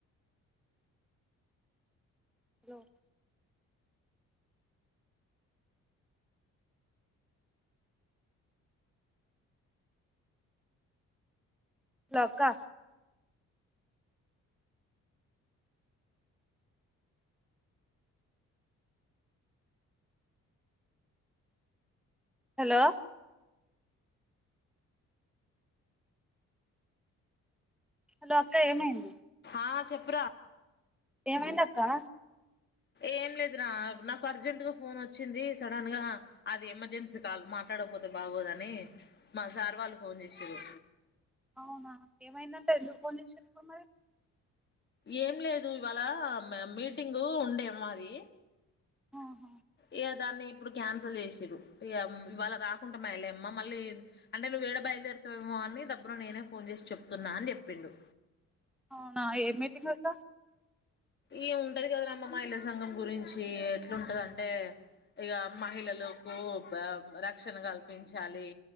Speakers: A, in the centre; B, on the left (about 35°).
A: హలో లో అక్కా హలో హలో అక్క ఏమైంది
B: ఆ చెప్పురా
A: ఏమైంద్ అక్కా
B: ఏం లేదురా నాకు అర్జెంట్గా ఫోన్ వచ్చింది సడన్ గా అది ఎమర్జెన్సీ కాల్ మాట్లాడకపోతే బాగోదని మా సార్ వాళ్ళు ఫోన్ చేసిన్రు.
A: అవునా ఏమైందన్ ట ఎందుకు ఫోన్ చేసిన్రు ఇప్పుడు మరి
B: ఏం లేదు ఇవాళ మె మీటింగు ఉండే మాది
A: ఆహా
B: ఇగ దాన్ని ఇప్పుడు క్యాన్సల్ చేసిన్రు. ఇగ ఉమ్ ఇవాళ రాకుంటామై లేమ్మా మళ్ళీ అంటే నువ్ ఏడ బయలుదేరుతావేమో అని దబ్బున నేనే ఫోన్ చేసి చెప్తున్నా అని చెప్పిండు.
A: అవునా ఏ మీటింగ్ అట
B: ఈ ఉంటది కదరా అమ్మ మహిళ సంఘం గురించి ఎట్లుంటదంటే ఇగ మహిళలకు బ రక్షణ కల్పించాలి